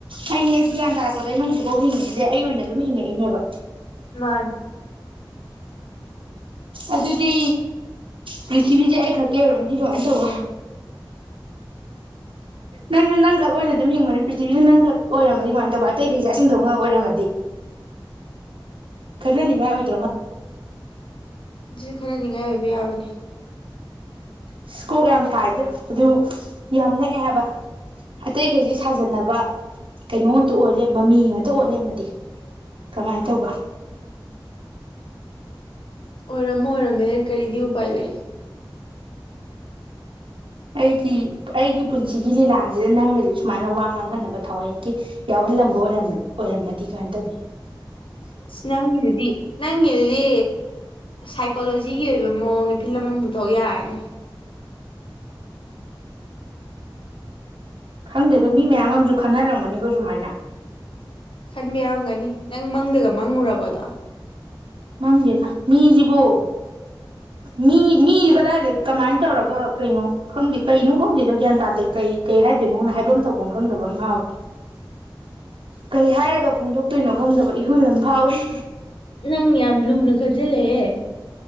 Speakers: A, on the right; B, on the left.
A: ꯑꯩꯅꯥ ꯍ‌ꯦꯛ ꯒꯌ꯭ꯥꯟ ꯇꯥꯔꯛ ꯇꯥꯔꯛꯄꯗꯩꯅ ꯍꯧꯖꯤꯛꯐꯥꯎ ꯍꯤꯡꯉꯛꯏꯁꯦ ꯑꯩ ꯑꯣꯏꯅ ꯑꯗꯨꯝ ꯍꯤꯡꯉꯛꯏꯅꯦꯕ
B: ꯃꯥꯅꯤ
A: ꯑꯗꯨꯗꯤ ꯄ꯭ꯔꯤꯊꯤꯕꯤꯁꯦ ꯑꯩ ꯈꯛꯀꯤ ꯑꯣꯏꯔꯝꯃꯗꯤ ꯀꯃꯥꯏꯅ ꯇꯧꯕꯥ ꯅꯪꯁꯨ ꯅꯪꯈꯛ ꯑꯣꯏꯅ ꯑꯗꯨꯝ ꯍꯤꯡꯕꯅꯤ ꯄ꯭ꯔꯤꯊꯤꯕꯤꯗ ꯅꯪꯈꯛ ꯑꯣꯏꯔꯝꯃꯗꯤ ꯀꯃꯥꯏꯅ ꯇꯧꯕ ꯑꯇꯩꯈꯩꯁꯦ ꯑꯁ‌ꯦꯡꯗꯕ ꯉꯥꯛ ꯑꯣꯏꯔꯝꯃꯗꯤ ꯈꯟꯅꯥꯅꯤꯡꯉꯥꯏ ꯑꯣꯏꯗ꯭ꯔꯣ
B: ꯁꯤꯁꯨ ꯈꯟꯅꯥꯅꯤꯡꯉꯥꯏ ꯑꯣꯏꯕ ꯌꯥꯕꯅꯦ
A: ꯏꯁ ꯀꯣꯞ ꯌꯥꯝ ꯁꯥꯏꯗ ꯑꯗꯨ ꯌꯥꯝ ꯉꯛꯑꯦ ꯍꯥꯏꯕ ꯑꯇꯩꯈꯩꯁꯤ ꯁꯥꯖꯟꯅꯕ ꯀꯩꯅꯣ ꯉꯥꯛꯇ ꯑꯣꯏ ꯂꯩꯔꯕ ꯃꯤ ꯉꯥꯛꯇ ꯑꯣꯏ ꯂꯩꯔꯃꯗꯤ ꯀꯃꯥꯏꯅ ꯇꯧꯕ
B: ꯑꯣꯏꯔꯝ ꯑꯣꯏꯔꯝꯃꯦ ꯀꯔꯤꯗꯤ ꯎꯄꯥꯏ ꯂꯩ
A: ꯑꯩꯒꯤ ꯑꯩꯒꯤ ꯄꯨꯟꯁꯤꯒꯤ ꯂꯤꯂꯥꯁꯤꯗ ꯅꯪꯒꯗꯤ ꯁꯨꯃꯥꯏꯅ ꯋꯥ ꯉꯥꯡꯍꯟꯅꯕ ꯊꯋ‌ꯣꯟꯀꯤ ꯌꯥꯎꯍꯜꯂꯝꯕꯔ ꯑꯣꯏꯔꯝꯃꯗꯤ ꯀꯃꯥꯏꯅ ꯇꯧꯅꯤ
B: ꯅꯪꯒꯤꯗꯨꯗꯤ ꯅꯪꯒꯤꯗꯨꯗꯤ ꯁꯥꯏꯀꯣꯂꯣꯖꯤꯒꯤ ꯑꯣꯏꯕ ꯃꯑꯣꯡꯗ ꯐꯤꯂꯝ ꯑꯃ ꯄꯨꯊꯣꯛ ꯌꯥꯔꯅꯤ
A: ꯈꯪꯗꯦꯗ ꯃꯤ ꯃꯌꯥꯝ ꯑꯃꯁꯨ ꯈꯟꯅꯔꯝꯒꯅꯤꯀꯣ ꯁꯨꯃꯥꯏꯅ
B: ꯈꯟꯕ ꯌꯥꯔꯝꯒꯅꯤ ꯅꯪ ꯃꯪꯗꯒ ꯃꯪꯉꯨꯔꯕ ꯑꯗ‌ꯣ
A: ꯃꯪꯗꯦꯗ ꯃꯤꯁꯤꯕꯨ ꯃꯤ ꯃꯤꯁꯤ ꯀꯗꯥꯏꯗ ꯀꯃꯥꯏꯅ ꯇꯧꯔꯒ ꯀꯩꯅꯣ ꯈꯪꯗꯦ ꯀꯩꯅꯣ ꯈꯪꯗꯦꯗꯣ ꯒ꯭ꯌꯥꯟ ꯇꯥꯗꯦ ꯀꯩ ꯀꯩ ꯍꯥꯏꯗꯣꯏꯅꯣꯅ ꯍꯥꯏꯕ ꯇꯧꯕꯝ ꯈꯪꯗꯕ ꯑꯃ ꯐꯥꯎꯋꯤ ꯀꯩ ꯍꯥꯏꯔꯒ ꯐꯣꯡꯗꯣꯛꯇꯣꯏꯅꯣ ꯈꯪꯗꯕ ꯏꯍꯨꯜ ꯑꯃ ꯐꯥꯎꯏꯤ
B: ꯅꯪ ꯌꯥꯝ ꯂꯨꯅ ꯈꯟꯖꯤꯜꯂꯍꯦ